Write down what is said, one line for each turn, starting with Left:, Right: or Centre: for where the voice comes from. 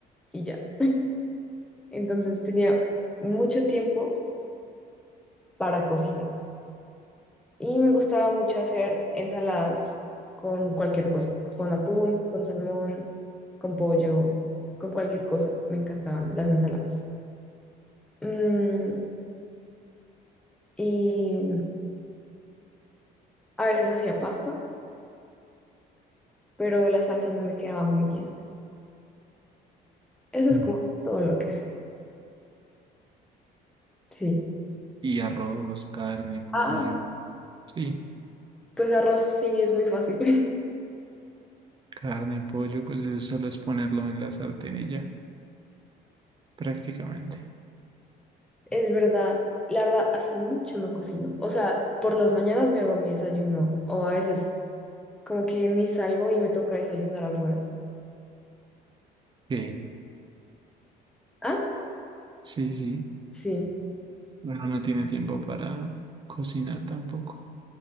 Centre: y ya. <laughs> Entonces tenía mucho tiempo para cocinar y me gustaba mucho hacer ensaladas con cualquier cosa, con atún, con salmón, con pollo, con cualquier cosa. Me encantaban las ensaladas. Mm, y a veces hacía pasta, pero la salsa no me quedaba muy bien. Eso es
Right: Mm.
Centre: como todo lo que sé. Sí.
Right: Y arroz, carne, pollo.
Centre: Ah,
Right: Sí,
Centre: Pues arroz sí es muy fácil. <laughs>
Right: carne, pollo, pues eso solo es ponerlo en la sartén y ya, prácticamente.
Centre: Es verdad, la verdad, hace mucho no cocino. O sea, por las mañanas me hago mi desayuno o a veces como que ni salgo y me toca desayunar afuera.
Right: Ok.
Centre: Ah,
Right: Sí, sí.
Centre: sí.
Right: Uno no tiene tiempo para cocinar tampoco.